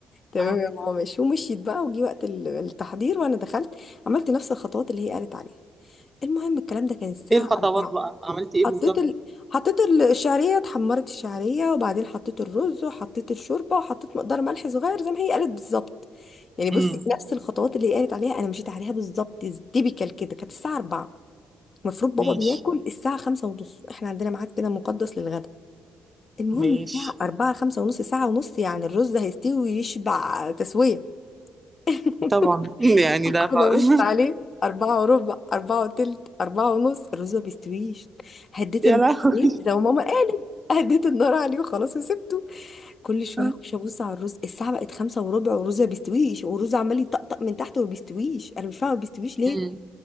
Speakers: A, on the left; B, on the right.
A: تمام
B: اه
A: يا ماما ماشي ومشيت بقى وجي وقت ال- التحضير وانا دخلت عملت نفس الخطوات اللي هي قالت عليها المهم الكلام ده كان الساعة
B: ايه الخطوات
A: 4
B: بقى عملتي ايه
A: حطيت
B: بالظبط
A: ال... حطيت ال- الشعرية اتحمرت الشعرية وبعدين حطيت الرز وحطيت الشوربة وحطيت مقدار ملح صغير زي ما هي قالت بالظبط يعني بصي
B: امم
A: نفس الخطوات اللي هي قالت عليها انا مشيت عليها بالظبط تيبيكال كده كانت الساعة 4 المفروض بابا
B: ماشي
A: بياكل الساعة 5 ونص احنا عندنا ميعاد كده مقدس للغدا المهم
B: ماشي
A: الساعة 4 5 ونص ساعة ونص يعني الرز هيستوي ويشبع تسوية <laughs>
B: طبعا يعني لا
A: انا
B: خالص
A: بصت عليه أربعة وربع أربعة وتلت أربعة ونص الرز ما بيستويش هديت
B: <laughs> يا
A: النار
B: لهوي
A: عليه زي ما ماما قالت هديت النار عليه وخلاص وسبته كل شوية
B: <laughs>
A: أخش أبص على الرز الساعة بقت خمسة وربع والرز ما بيستويش والرز عمال يطقطق من تحت وما بيستويش أنا مش فاهمة ما بيستويش ليه
B: مم.